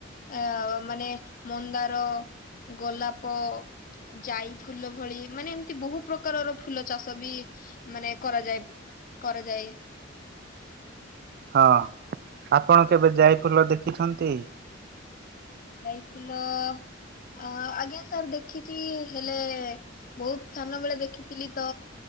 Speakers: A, on the left; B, on the right.
A: ଅ ମାନେ? ମନ୍ଦାର ଗୋଲାପ ଯାଇ ଫୁଲ ଭଳି ମାନେ ଏମିତି ବହୁ ପ୍ରକାରର ଫୁଲ ଚାଷ ଵି ମାନେ କରାଯାଏ କରାଯାଏ।
B: ହଁ ଆପଣ କେବେ ଯାଇ ଫୁଲ ଦେଖିଛନ୍ତି?
A: ଯାଇ ଫୁଲ ଅ, ଆଜ୍ଞା ସାର୍ ଦେଖିଛି ହେଲେ ବହୁତ ସାନ ବେଳେ ଦେଖିଥିଲି ତ